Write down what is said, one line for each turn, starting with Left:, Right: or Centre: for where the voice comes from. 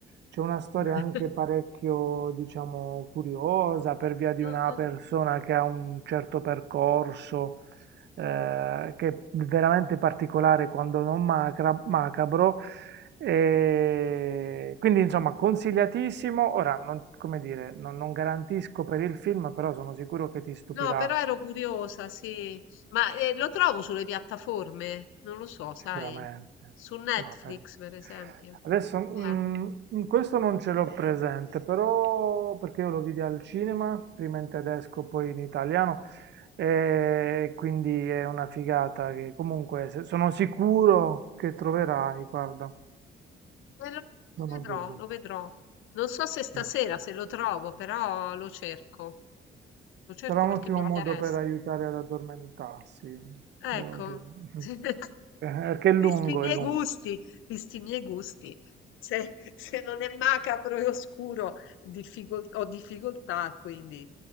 Right: C'è una storia
Left: <laughs>
Right: anche parecchio, diciamo, curiosa per via di
Left: Ah,
Right: una
Left: ah.
Right: persona che ha un certo percorso, eh, che è veramente particolare quando non macra- macabro. E quindi, insomma, consigliatissimo. Ora, non, come dire, non, non garantisco per il film, però sono sicuro che ti stupirà
Left: No, però ero curiosa, sì. Ma eh, lo trovo sulle piattaforme? Non lo so, sai.
Right: Sicuramente,
Left: Su Netflix,
Right: ma pen-
Left: per esempio.
Right: adesso mm,
Left: Eh,
Right: in questo non ce l'ho presente, però perché io lo vidi al cinema, prima in tedesco, poi in italiano, e quindi è una figata che comunque se- sono sicuro che troverai, guarda,
Left: eh, lo lo
Right: non ho
Left: vedrò,
Right: dubbi.
Left: lo vedrò. Non so se stasera,
Right: Sì.
Left: se lo trovo, però lo cerco. Lo cerco
Right: Sarà un
Left: perché
Right: ottimo
Left: mi interessa.
Right: modo per aiutare ad addormentarsi,
Left: Ecco,
Right: devo dire. <laughs>
Left: <laughs>
Right: Eh, Perché è lungo,
Left: visti i miei
Right: è lungo.
Left: gusti, visti i miei gusti, se se non è macabro e oscuro difficol ho difficoltà, quindi